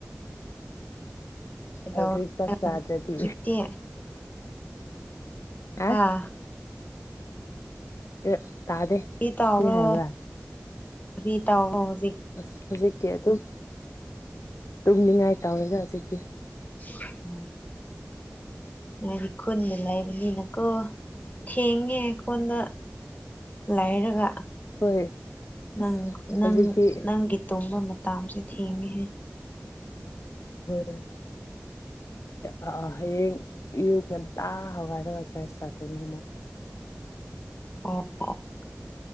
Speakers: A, on the left (about 35°); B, on the left (about 70°).
A: ꯀꯩꯗꯧ
B: ꯍꯧꯖꯤꯛ ꯆꯥꯛ
A: ꯍꯧꯖꯤꯛꯇꯤ
B: ꯆꯥꯗ꯭ꯔꯗꯤ ꯑ
A: ꯍꯥꯥ
B: ꯑ‌ꯦ ꯇꯥꯗꯦ
A: ꯀ꯭ꯔꯤ ꯇꯧꯕ꯭ꯔꯣ
B: ꯀꯔꯤ ꯍꯥꯏꯕ꯭ꯔꯥ
A: ꯀꯔꯤ ꯇꯧꯕ꯭ꯔ‌ꯣ
B: ꯑꯁ ꯍꯧꯖꯤꯛꯇꯤ ꯑꯗꯨꯝ ꯇꯨꯝꯅꯤꯡꯉꯥꯏ ꯇꯧꯋꯦꯗ ꯍꯧꯖꯤꯛꯇꯤ
A: <unintelligible> ꯅ‌ꯣꯏꯗꯤ ꯈꯨꯟꯗ ꯂꯩꯕꯅꯤꯅꯀꯣ ꯊꯦꯡꯉꯦ ꯀꯣꯟꯗ ꯂꯩꯔꯒ
B: ꯍꯣꯏ
A: ꯅꯪ
B: ꯑꯁ
A: ꯅꯪ
B: ꯍꯧꯖꯤꯛꯇꯤ
A: ꯅꯪꯒꯤ ꯇꯨꯝꯕ ꯃꯇꯝꯁꯦ ꯊꯦꯡꯉꯦꯍꯦ
B: ꯍ‌ꯣꯏ ꯍ ꯍꯌꯦꯡ ꯑꯌꯨꯛ ꯉꯟꯇꯥ ꯍꯒꯥꯏꯔꯒ ꯆꯔꯁ ꯆꯥꯠꯇꯣꯏꯅꯤ ꯑꯃꯨꯛ
A: <unintelligible>